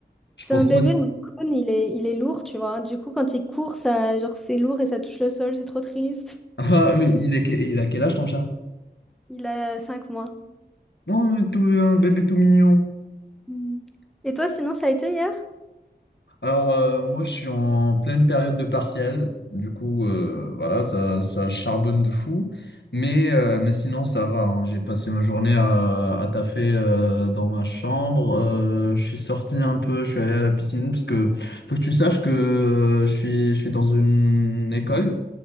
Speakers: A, on the left; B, in the centre.
A: Je
B: c'est
A: pense
B: un bébé,
A: toi... <laughs>
B: donc le cône, il est, il est lourd, tu vois. Du coup, quand il court, ça, genre, c'est lourd et ça touche le sol, c'est trop triste.
A: Ah, mais il est, que- il a quel âge ton chat?
B: Il a 5 mois.
A: Non, mais tout, un bébé tout mignon.
B: Mm. Et toi, sinon, ça a été hier?
A: Alors, euh, moi, je suis en pleine période de partiel. Du coup, euh, voilà, ça, ça charbonne de fou. Mais, euh, mais sinon, ça va. hein. J'ai passé ma journée à, à taffer euh, dans ma chambre. Euh, je suis sorti un peu, je suis allé à la piscine parce que faut que tu saches que euh, je suis, je suis dans une école.